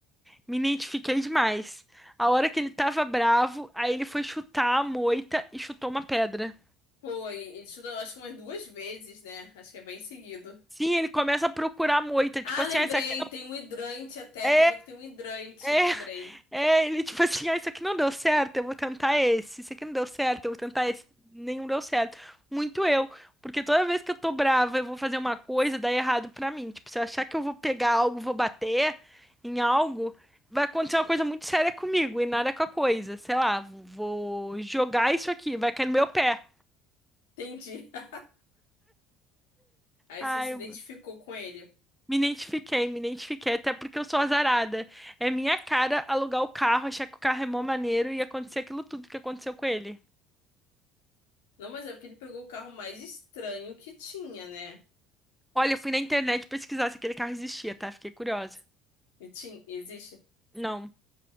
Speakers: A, in the centre; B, on the left.
A: me identifiquei demais. A hora que ele tava bravo, aí ele foi chutar a moita e chutou uma pedra.
B: Foi, e tudo, acho que umas duas vezes, né? Acho que é bem seguido.
A: Sim, ele começa a procurar a moita,
B: Ah,
A: tipo assim,
B: lembrei,
A: ah, essa aqui não.
B: tem um hidrante até,
A: É,
B: tem uma que tem um hidrante,
A: é.
B: lembrei.
A: É, ele tipo assim, ah, isso aqui não deu certo, eu vou tentar esse. Isso aqui não deu certo, eu vou tentar esse. Nenhum deu certo. Muito eu, porque toda vez que eu tô brava, eu vou fazer uma coisa, dá errado pra mim. Tipo, se eu achar que eu vou pegar algo, vou bater em algo, vai acontecer uma coisa muito séria comigo e nada com a coisa. Sei lá, vou vou jogar isso aqui, vai cair no meu pé.
B: Entendi. <laughs> Aí
A: Ah,
B: você se
A: eu
B: identificou com ele.
A: me identifiquei, me identifiquei, até porque eu sou azarada. É minha cara alugar o carro, achar que o carro é mó maneiro e acontecer aquilo tudo que aconteceu com ele.
B: Não, mas é porque ele pegou o carro mais estranho que tinha, né?
A: Olha, eu fui na internet pesquisar se aquele carro existia, tá? Fiquei curiosa.
B: E tinha, existe?
A: Não,